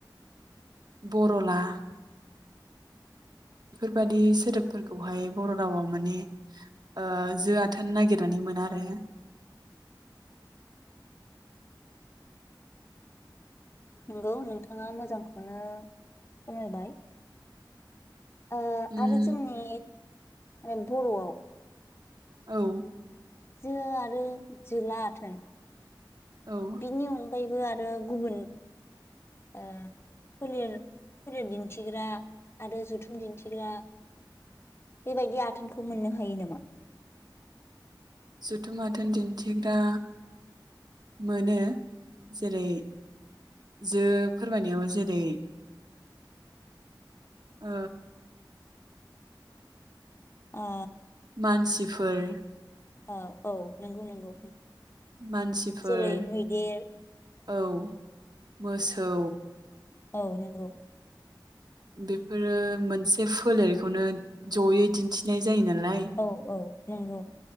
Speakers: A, on the right; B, on the left.
A: बर'ला बेबादि सोदोबफोरखौहाय बर' रावआव माने ओ जो आथोन नागिरनानै मोना आरो।
B: नंगौ नोंथाङा मोजांखौनो फोरोंबाय ओ
A: उम
B: आरो जोंनि <unintelligible> बर'आव
A: औ
B: जो आरो जोला आथोन
A: औ
B: बिनि मुं फ्रायबो आरो गुबुन ओ फोलेर फोलेर दिन्थिग्रा आरो जथुम दिन्थिग्रा बेबायदि आथोनखौ मोननो हायो नामा?
A: जथुम आथोन दिन्थिग्रा मोनो जेरै जो फोरमायनायाव जेरै ओ
B: अ।
A: मानसिफोर
B: अ औ नंगौ नंगौ
A: मानसिफोर
B: जेरै मैदेर।
A: औ मोसौ।
B: औ नंगौ
A: बेफोरो मोनसे फोलेरखौनो जयै दिन्थिनाय जायो नालाय
B: औ औ नंगौ